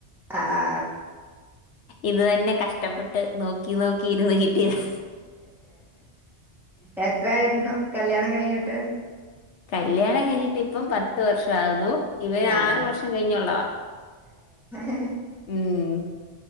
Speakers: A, in the centre; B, on the left.
A: ആ ആ
B: ഇത് തന്നെ കഷ്ട്ടപ്പെട്ട് നോക്കി നോക്കി ഇരുന്നു കിട്ടിയതാ
A: എത്രായിരുന്നു കല്യാണം കഴിഞ്ഞിട്ട്
B: കല്ല്യാണം കഴിഞ്ഞി ട്ടിപ്പം പത്ത് വർഷം ആവുന്നു. ഇവൻ
A: ആ
B: ആറ്
A: ആ
B: വർഷം കഴിഞ്ഞുള്ളതാ,
A: ഏ
B: ഉം